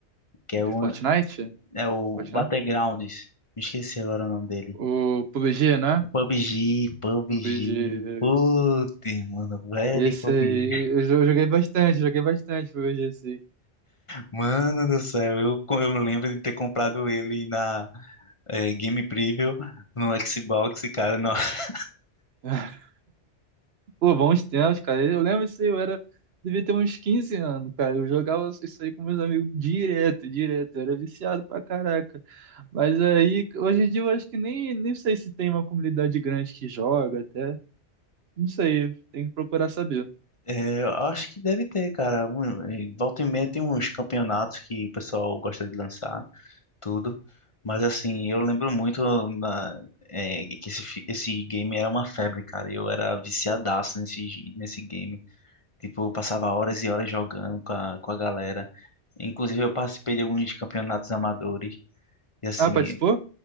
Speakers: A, on the left; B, on the right.
A: que
B: De
A: é o,
B: Fortnite?
A: é o
B: Fortnite?
A: Battlegrounds. Me esqueci agora o nome dele.
B: O PUBG, né?
A: PUBG, PUBG.
B: PUBG.
A: Putz, mano, velho,
B: Esse
A: PUBG.
B: aí, eu jo- joguei bastante, joguei bastante PUBG, assim.
A: Mano do céu, eu, co- eu lembro de ter comprado ele na eh, Game Preview no Xbox, cara. No, <laughs>
B: <laughs> Pô, bons tempos, cara. Eu lembro isso aí, eu era. Devia ter uns 15 anos, cara. Eu jogava isso aí com meus amigos direto, direto. Eu era viciado pra caraca. Mas aí, hoje em dia, eu acho que nem, nem sei se tem uma comunidade grande que joga até. Não sei, tem que procurar saber.
A: eh, eu acho que deve ter, cara. Um, eh, volta e meia tem uns campeonatos que o pessoal gosta de lançar, tudo. Mas assim, eu lembro muito na, eh, que esse, fi- esse game era uma febre, cara. Eu era viciadaço nesse, gi- nesse game. Tipo, eu passava horas e horas jogando com a, com a galera. Inclusive, eu participei de alguns campeonatos amadores. E assim,
B: Ah, participou?